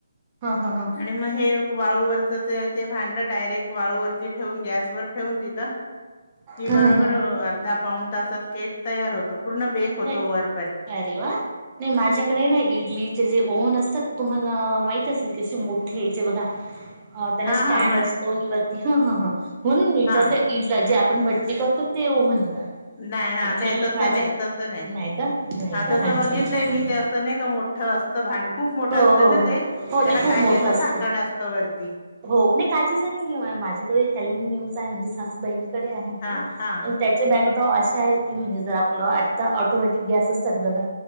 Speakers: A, on the right (about 25°); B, on the left (about 30°).
A: हा हा हा
B: आणि म हे वाळूवर. त ते ते भांड डायरेक्ट वाळूवरती ठेवून गॅसवर ठेवून दिलं कि
A: हा
B: बरोबर
A: हा हा
B: अर्धा पाऊण तासात केक तयार होतो. पूर्ण बेक होतो
A: नाही
B: वर.
A: अरे वा नाही माझ्याकडे ना इडलीचे जे ओवन असतात तुम्हाला माहित असेल. तसे मोठे यायचे बघा. अ त्यांला
B: हा
A: स्टँड
B: हा म
A: असतो आणि वर. ते हा- हा- हा म्हणून मी विचारलं
B: हा
A: ईड ला जे आप आपण भट्टी करतो ते ओव्हन का?
B: नाय हा
A: ऍक्च्युली
B: नाय तस
A: माझ्या
B: नाही तस नाय-
A: नाही का नाही
B: हा
A: का
B: तस
A: अच्छा
B: बघितलंय
A: अच्छा
B: मी ते असं नाही का मोठं अस त भांड खूप मोठं
A: हो-
B: असतं
A: हो
B: ना
A: -हो-
B: ते त्याला
A: हो ते <inaudible> खूप
B: काचेचं
A: मोठ असत
B: झाकण असतं वरती
A: हो नाही काचेच नाहीय माझ्याकडे अल्युमिनियमचा आहे म्हणजे सासू <unintelligible> कडे आहे
B: हा
A: ते
B: हा
A: पण त्याचे आता अशे आहेत की म्हणजे जर आपलं आता ऑटोमॅटिक गॅस असतात बघा